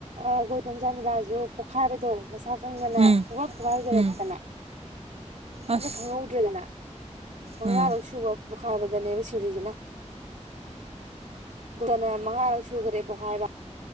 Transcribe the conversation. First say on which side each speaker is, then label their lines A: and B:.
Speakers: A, on the right; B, on the right.
A: ꯑꯩꯈꯣꯏꯗꯣꯝꯆꯥꯥ ꯃꯤꯂꯥꯁꯨ ꯄꯣꯛꯈꯥꯏꯕꯗꯣ ꯃꯁꯥ ꯁꯪꯗꯅ
B: ꯎꯝ
A: ꯄꯨ ꯄꯨꯈꯥꯏꯈꯔꯦꯗꯅ
B: ꯎꯝ ꯑꯁ
A: ꯑꯝꯇ ꯈꯪꯍꯧꯗ꯭ꯔꯦꯗꯅ ꯃꯉꯥꯔꯛ
B: ꯎꯝ
A: ꯁꯨꯕ ꯄꯣꯛꯈꯥꯏꯕꯗꯅꯦꯕ ꯁꯤꯔꯤꯁꯤꯅ ꯗꯣꯛꯇꯔꯅ ꯃꯉꯥꯔꯛ ꯁꯨꯈ꯭ꯔꯦ ꯄꯣꯛꯈꯥꯏꯕ꯫